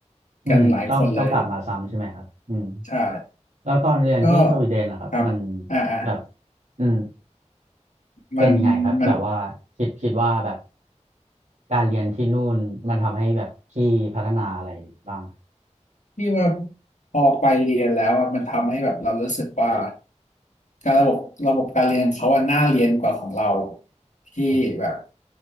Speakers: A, on the right (about 70°); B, on the left (about 80°).
A: อืมต้องต้องกลับมาซ้ำใช่ไหมครับอืม
B: กันหลายคนเลยใช่
A: แล้วตอนเรียนที่สวีเดนนะครับมัน
B: ก็ครับอ่าอ่า
A: แบบอืมเป็นยังไงครับแบบว่าคิดคิดว่าแบบ
B: มันมัน
A: การเรียนที่นู่นมันทำให้แบบพี่พัฒนาอะไรบ้าง
B: พี่ว่าพอไปเรียนแล้วอะมันทำให้แบบเรารู้สึกว่าการระบบระบบการเรียนเขาอะน่าเรียนกว่าของเราที่แบบ
A: ครับ